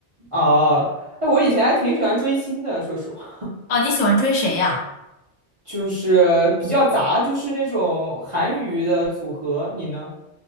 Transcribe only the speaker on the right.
哦，哎，我以前还挺喜欢追星的，说实话，
就是比较杂，就是那种韩娱的组合，你呢？